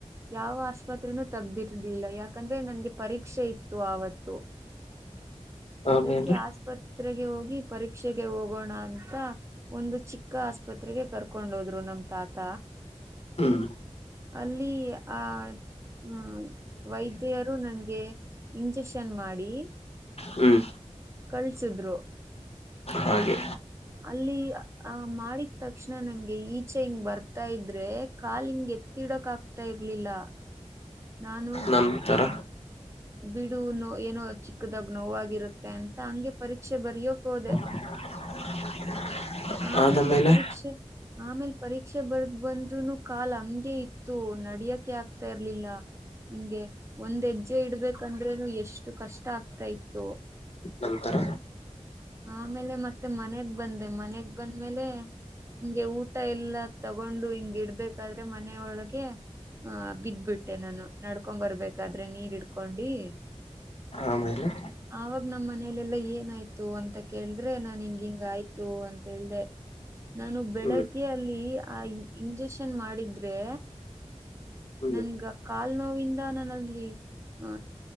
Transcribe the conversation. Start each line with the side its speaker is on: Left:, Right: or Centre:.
Right: ಯಾವ ಆಸ್ಪತ್ರನೂ ತಗ್ದಿರ್ಲಿಲ್ಲ ಯಾಕಂದ್ರೆ ನನ್ಗೆ ಪರೀಕ್ಷೆ ಇತ್ತು ಆವತ್ತು
Left: ಹ ಹ
Right: ಕೆ ಆಸಪ ತ್ರೆಗೆ ಹೋಗಿ ಪರೀಕ್ಷೆಗೆ ಹೋಗೋಣ ಅಂತ ಒಂದು ಚಿಕ್ಕ ಆಸ್ಪತ್ರೆಗೆ ಕರ್ಕೊಂಡು ಹೋದ್ರು ನಮ ತಾತ
Left: ಹ್ಮ್
Right: ಅಲ್ಲಿ ಆ ಹ್ಮ ವೈದ್ಯರು ನಂಗೆ ಇಂಜೆಕ್ಷನ್ ಮಾಡಿ
Left: ಹ್ಮ್
Right: ಕಳ್ಸಿದ್ರು
Left: ಹಾಗೆ
Right: ಅಲ್ಲಿ ಆ ಮಾಡಿದ ತಕ್ಷಣ ನಂಗೆ ಈಚೆ ಹಿಂಗ್ ಬರ್ತಾ ಇದ್ರೆ ಕಾಲಿಂಗಗೆ ತಿಡೋಕ್ ಆಗ್ತಾ ಇರ್ಲಿಲ್ಲ ನಾನು
Left: ನಂತರ
Right: ಆ ಬಿಡು ನೋ ಏನೋ ಚಿಕ್ಕದಾಗ ನೋವಾಗಿರುತ್ತೆ ಅಂತ ಹಂಗೆ ಪರೀಕ್ಷೆ ಬರಿಯೋಕ್ೋದೆ
Left: <inaudible>
Right: ಆಮೇಲೆ
Left: ಆದಮೇಲೆ
Right: ಪರೀಕ್ಷೆ ಆಮೇಲ್ ಪರೀಕ್ಷೆ ಬರ್ದ ಬಂದ್ರುನು ಕಾಲ್ ಹಂಗೆ ಇತ್ತು ನಡಿಯಕೆ ಆಗ್ತಾ ಇರ್ಲಿಲ್ಲ ನಿಂಗೆ ಒಂದ್ ಹೆಜ್ಜೆ ಇಡ್ಬೇಕಂದ್ರೇನು ಎಷ್ಟು ಕಷ್ಟ ಆಗ್ತಾ ಇತ್ತು
Left: ನಂತರ
Right: ಆಮೇಲೆ ಮತ್ತೆ ಮನದ ಬಂದೆ ಮನಯಗ್ ಬಂದ್ಮೇಲೆ ಹಿಂಗೆ ಊಟ ಎಲ್ಲಾ ತಗೊಂಡು ಹಿಂಗ ಇಡ್ಬೇಕಾದ್ರೆ ಮನೆಯ ಒಳಗೆ ಹಾ ಬಿದ್ಬಿಟ್ಟೆ ನಾನು ನಡ್ಕೊಂಡ್ ಬರ್ಬೇಕಾದ್ರೆ ನೀರ್ ಇಡ್ಕೊಂಡಿ
Left: ಆಮೇಲೆ
Right: ಆವಾಗ ನಮ್ಮ್ ಮನಲೆೆಲ್ಲಾ ಏನಾಯ್ತು ಅಂತ ಕೇಳಿದ್ರೆ ನಾನ್ ಹಿಂಗ ಹಿಂಗ ಆಯ್ತು ಅಂತ ಹೇಳ್ದೆ ನಾನು ಬೆಳಗ್ಗೆ
Left: ಹ್ಮ್
Right: ಅಲ್ಲಿ ಆ ಇಂಜೆಕ್ಷನ್ ಮಾಡಿದ್ರೆ
Left: ಹ್ಮ್
Right: ನನ್ಗ ಕಾಲ್ ನೋವಿಂದ ನನಲ್ಲಿ ಹ